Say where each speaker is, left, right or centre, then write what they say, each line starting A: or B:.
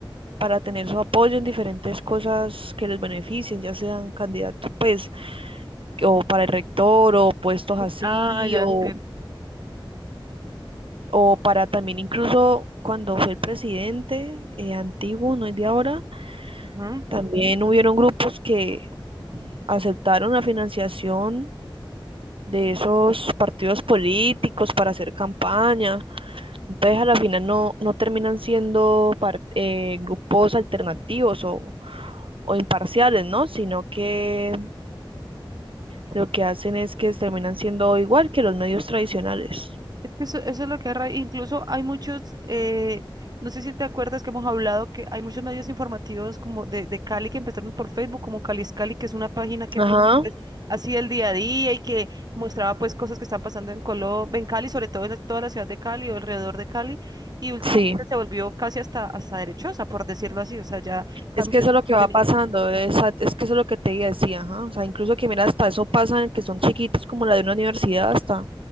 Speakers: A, on the right; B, on the right.
A: para tener su apoyo en diferentes cosas que les beneficien, ya sean candidatos, pues, o para el rector, o puestos así,
B: Ah, ya
A: o
B: entiendo.
A: o para también incluso cuando fue el presidente eh, antiguo, no es de ahora,
B: Ujú.
A: también hubieron grupos que aceptaron la financiación de esos partidos políticos para hacer campaña. Entonces a la final no, no terminan siendo par, eh, grupos alternativos o, o, imparciales, ¿no? Sino que lo que hacen es que terminan siendo igual que los medios tradicionales.
B: Eso, eso es lo que es ra- Incluso hay muchos, eh, no sé si te acuerdas que hemos hablado que hay muchos medios informativos como de, de Cali que empezaron por Facebook, como Calis Cali, que es una página que
A: Ajá,
B: pues, hacía el día a día y que mostraba pues cosas que están pasando en Colombia, en Cali, sobre todo en la- toda la ciudad de Cali o alrededor de Cali, y últimamente
A: sí.
B: se volvió casi hasta, hasta derechosa, por decirlo así, o sea, ya cambió
A: Es que eso
B: su
A: es lo
B: contenido.
A: que va pasando, es, es que eso es lo que te decía, ajá, O sea, incluso que mira, hasta eso pasa en que son chiquitos como la de una universidad, hasta